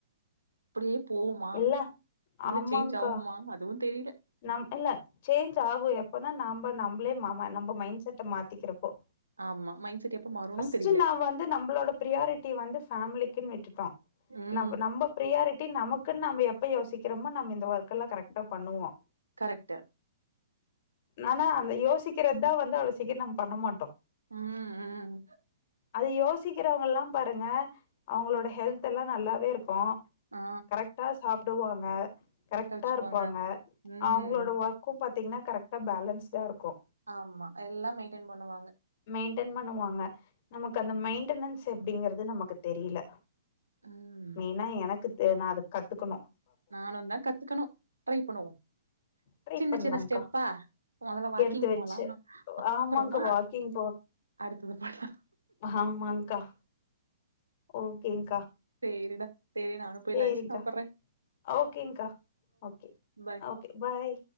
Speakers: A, on the right (about 80°); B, on the left (about 45°).
A: அப்படியே போவ்வுமா
B: இல்ல
A: இல்லை
B: ஆமாங்க்கா
A: சேஞ்ச் ஆவ்மா அதுவும் தெரியல
B: நம் இல்ல சேஞ்ச் ஆகும் எப்பனா நாம நம்மளே நம்ம மைண்ட செட்ட மாத்திக்கிறப்போ
A: ஆமா மைன்ட் செட் எப்ப மாறும்னும்
B: பர்ஸ்ட்
A: தெரியல.
B: நா வந்து நம்மளோட பிரியாரிட்டி வந்து ஃபமிலிக்கின்னு விட்டுட்டோ
A: ம்.
B: நாம நம்ப பிர்ரியாரிட்டி நமக்குன்னு நம்ம எப்போ யோசிக்கிறோமோ நம்ம இந்த ஒர்க் எல்லாம் கரெக்டா பண்ணுவோ
A: கரெக்ட்டு
B: ஆனா அந்த யோசிக்கிறது தா வந்து அவ்ளே சீக்கிரம் நம் பண்ண மாட்டோ
A: ம் ம்
B: அது யோசிக்கிறவங்கல்லா பாருங்க அவங்களோட ஹெல்த எல்லாம் நல்லாவே இருக்கோ
A: ஆ.
B: கரெக்டா சாப்பிடுவாங்க
A: கரெக்ட்டா
B: கரெக்டா
A: வச்சுக்குவாங்க.
B: இருப்பாங்க
A: ம்.
B: அவங்களோட ஒர்க் கு பாத்தீங்கன்னா கரெக்டா பேலன்ஸ்டா இருக்கோ
A: ஆமா எல்லா மெயின்டென் பண்ணுவாங்க
B: மெயின்டென் பண்ணுவாங்க நமக்கு அந்த மெயின்டனன்ஸ் எப்படிங்கறது நமக்கு தெரியல
A: ம்.
B: மெயினா எனக்கு தெ நா அத கத்துக்கணோ
A: நானும் தா கத்துக்கணோ ட்ரை பண்ணுவோ
B: ட்ரை
A: சின்ன
B: பண்ணலாங்க்கா
A: சின்ன ஸ்டெப்பா முதல்ல வாக்கிங்
B: எடுத்து வச்சு
A: போனோ மா அப்புறமா
B: ஆமாங்க்கா வாக்கிங்
A: அடுத்தது பண்லா
B: ஆமாங்கா ஓகேங்க்கா
A: சரிடா சரி நானும் போய்
B: சேரிங்க்கா
A: லன்ச் சாப்புறே
B: ஓகேங்க்கா ஓகே
A: பாய்
B: ஓகே பாய்